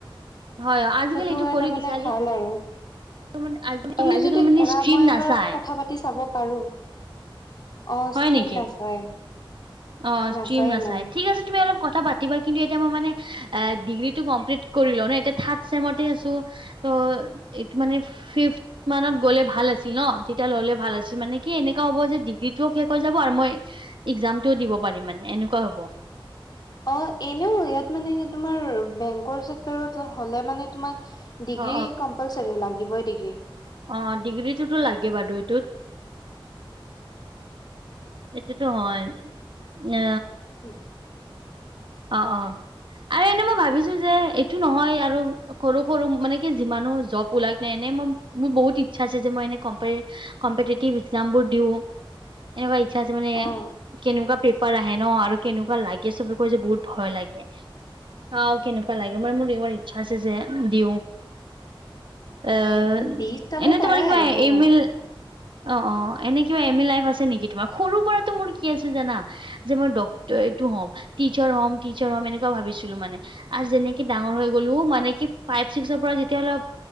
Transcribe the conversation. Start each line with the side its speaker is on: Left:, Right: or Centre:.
Right: হয় আজিকালি
Left: সেইটো
Right: এইটো
Left: কাৰ
Right: কৰি
Left: তাৰ মানে
Right: দিছে আজি
Left: ভাল আৰু।
Right: মানে
Left: তুমি
Right: আজিকালি
Left: যদি
Right: মানে
Left: কৰা
Right: ষ্ট্ৰীম
Left: মই এবাৰ
Right: নাচায়
Left: কথা পাতি চাব পাৰো। অৱ
Right: হয়
Left: ষ্ট্ৰীম
Right: নেকি
Left: নাচায়-নাচায়
Right: অ ষ্ট্ৰীম নাচাই
Left: ইমান।
Right: ঠিক আছে তুমি অলপ কথা পাতিবা, কিন্তু এতি মই মানে ডিগ্ৰীটো কমপ্লিট কৰি লও ন এতিয়া থাৰ্ড চেম আছো। ত এইটো মানে ফিপ মানত গ'লে ভাল আছিল ন, তেতিয়া ললে ভাল আছিল মানে কি এনেুৱা হ'ব যে ডিগ্ৰী শেষ হৈ যাব আৰু মই এক্সামটোও দিব পাৰিম মানে এনেকুৱা হ'ব।
Left: অৱ এনেও ইয়াত মানে তোমাৰ বেংকৰ চেক্টৰত হ'লে মানে তোমাক ডিগ্ৰী
Right: অ
Left: কম্পালচৰী, লাগিবই ডিগ্ৰী।
Right: অৱ ডিগ্ৰী টোতো লাগে বাৰু এইটোত। এটোতো হয়, এ
Left: উম,
Right: অ', অ', আৰু এনে মই ভাবিছো যে এইটো নহয় আৰু সৰু-সৰু মানে কি যিমানো জব ওলাক নাই এনে মই মোৰ বহুত ইচ্ছা আছে যে মই এনে কমপ কম্পেতেটিব একজাম বোৰ দিও, এনেকুৱা ইচ্ছা আছে মানে।
Left: অ
Right: কেনেকুৱা পেপাৰ আহে ন, আৰু কেনেকুৱা লাগে চবে কৈ যে বহুত ভয় লাগে। চাও কেনেকুৱা লাগে, মানে মোৰ এইবাৰ ইচ্ছা আছে যে দিও। এ
Left: দি চাব
Right: এনে
Left: পাৰা
Right: তোমাৰ কিবা
Left: একো
Right: ইমেইল
Left: নাই
Right: অ', অ', এনে কিবা এম ই লাইফ আছে নেকি তোমাৰ সৰুৰ পৰাতো মোৰ কি আছে জানা? যে মই ডক্টৰ এইটো হ'ম টিচাৰ-হম টিচাৰ হম এনেকুৱা ভাবিছিলো মানে। আৰু যেনেকে ডাঙৰ হৈ গ'লো মানে কি ফাইভ, ছিক্সৰ পৰা যেতিয়া অলপ